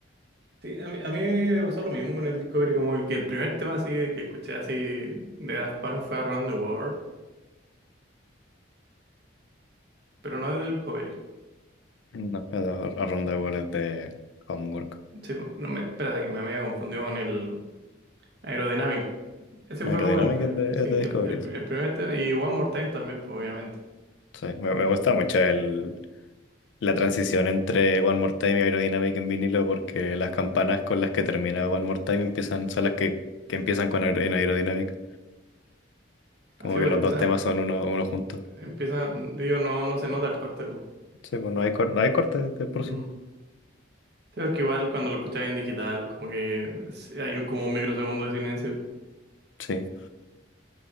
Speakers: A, on the right (about 55°); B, on the left (about 65°).
A: Sí, a mí, a mí me pasó lo mismo con el Discovery, como el que el primer tema así que escuché así de Daft Punk fue Around the World, pero no del Discovery.
B: No, pero Around the World es de Homework.
A: Sí, no me, espérate que me había confundido con el Aerodynamic. Ese
B: aerodinámica
A: fue como el,
B: es de,
A: el-
B: es
A: sí, el,
B: de Discovery,
A: el-
B: sí.
A: el primer tema y One More Time también, pues, obviamente.
B: Sí, me, me gusta mucho el, la transición entre One More Time y Aerodynamic en vinilo porque las campanas con las que termina One More Time empiezan, son las que, que empiezan con aer- en Aerodynamic.
A: Así
B: Como
A: pues
B: que los
A: empieza,
B: dos temas son uno, uno juntos.
A: empieza, digo, no, no se nota el corte,
B: Sí, pues no hay, cor- no hay corte de por
A: pues.
B: sí.
A: Sí, porque igual cuando lo escucháis en digital, como que sí, hay un, como un microsegundo de silencio.
B: Sí,